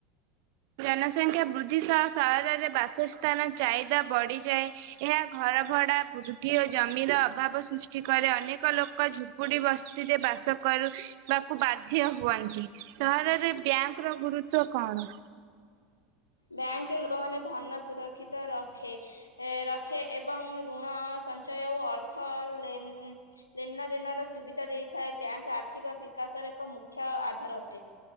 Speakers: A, on the right (about 55°); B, on the left (about 80°).
A: ଜନସଂଖ୍ୟା ବୃଦ୍ଧି ସହ ସହରରେ ବାସସ୍ଥାନ ଚାହିଦା ବଢିଯାଏ। ଏହା ଘର ଭଡା ବୃଦ୍ଧି ଓ ଜମିର ଅଭାବ ସୃଷ୍ଟି କରେ। ଅନେକ ଲୋକ ଝୁପୁଡି ବସି ରେ ଯେ ବାସ କରୁ ବା କୁ ବାଧ୍ୟ୍ୟ ହୁଅନ୍ତି। ସହରରେ ବ୍ୟାଙ୍କର ଗୁରୁତ୍ବ କଣ?
B: ବ୍ୟାଙ୍କରେ ଲୋକମାନେ ଧନ ସୁରକ୍ଷିତ ରଖେ। ରଖେ ଏବଂ ଋଣ ସଞ୍ଚୟ ଓ ଅର୍ଥ ଲେନ୍ ଦିନ ଦିନ ର ସୁବିଧା ଦେଇଥାଏ ବ୍ୟାଙ୍କ୍ ଆର୍ଥିକ ବିକାଶର ଏକ ମୁଖ୍ୟ ଆଧାର ଅଟେ।